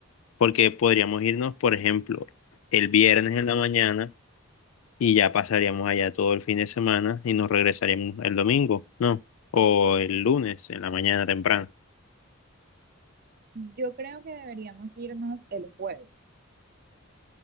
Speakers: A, on the left; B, on the right.
A: porque podríamos irnos, por ejemplo, el viernes en la mañana y ya pasaríamos allá todo el fin de semana y nos regresaríamos el domingo, ¿no? O el lunes en la mañana temprano,
B: Yo creo que deberíamos irnos el jueves.